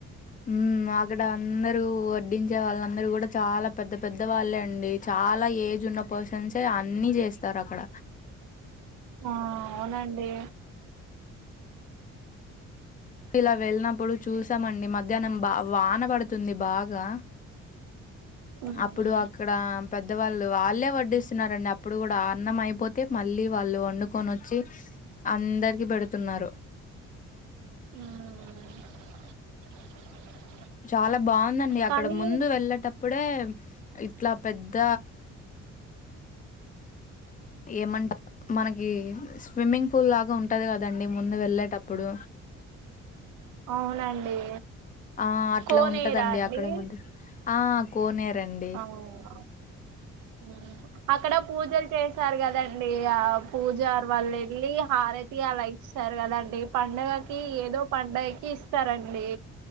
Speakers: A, on the left (about 25°); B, on the right (about 85°).
A: హ్మ్ అక్కడ అందరూ వడ్డించే వాళ్ళందరూ కూడా చాలా పెద్ద పెద్ద వాళ్ళే అండి చాలా ఏజ్ ఉన్న పర్సన్సే అన్ని చేస్తారు అక్కడ
B: ఆ అవునండి
A: ఇలా వెళ్ళినప్పుడు చూసామండి మధ్యాహ్నం బా వాన పడుతుంది బాగా
B: ఉమ్,
A: అప్పుడు అక్కడ పెద్దవాళ్ళు వాళ్ళే వడ్డిస్తున్నారండి అప్పుడు కూడా అన్నం అయిపోతే మళ్ళీ వాళ్ళు వండుకొని వచ్చి అందరికి పెడుతున్నారు
B: <unintelligible>
A: చాలా బావుందండి అక్కడ
B: కానీ
A: ముందు వెళ్ళేటప్పుడే ఇట్లా పెద్ద ఏమంట మనకి స్విమ్మింగ్ పూల్ లాగా ఉంటది కదండి ముందు వెళ్ళేటప్పుడు
B: అవునండి
A: ఆ అట్లా
B: కోనేరా
A: ఉంటదండి
B: అండి
A: అక్కడ ముందు ఆ కోనేరండి
B: అవునా ఉమ్. అక్కడ పూజలు చేసారు కదండి ఆ పూజారి వాళ్ళు వెళ్ళి హారతి అలా ఇస్ స్తారు కదండి పండుగకి ఏదో పండుగకి ఇస్తారండి